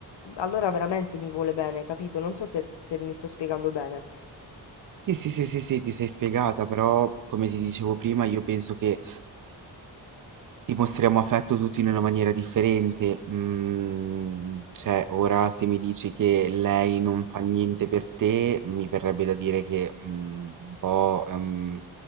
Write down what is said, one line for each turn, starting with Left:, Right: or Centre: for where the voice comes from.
Left: allora veramente mi vuole bene, capito? Non so se se mi sto spiegando bene.
Right: Sì, sì, sì, sì, sì, ti sei spiegata, però come ti dicevo prima, io penso che dimostriamo affetto tutti in una maniera differente. Mm, cioè, ora se mi dici che lei non fa niente per te, mi verrebbe da dire che mm, un po' ehm,